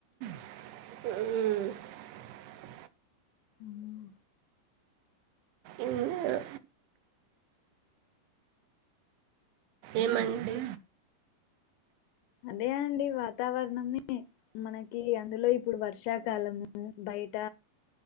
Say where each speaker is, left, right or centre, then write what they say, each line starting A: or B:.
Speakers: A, on the right (about 75°); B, on the left (about 80°).
A: మ్మ్
B: అవునా
A: ఈ హ్ ఏమండి
B: అదే అండి వాతావరణమే మనకి అందులో ఇప్పుడు వర్షా కాలము బైట